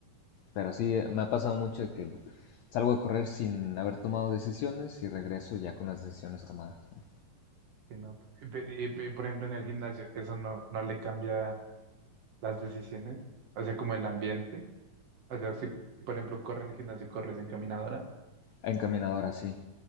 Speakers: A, on the left (about 70°); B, on the right (about 55°).
A: Pero sí, eh, me ha pasado mucho de que salgo a correr sin haber tomado decisiones y regreso ya con las decisiones tomadas. ¿no?
B: ¿qué nota? Y, pero- y- y, por ejemplo, en el gimnasio, ¿eso no, no le cambia las decisiones? O sea, como el ambiente. O sea, si por ejemplo corre en el gimnasio, corres en caminadora.
A: Encaminadora, sí.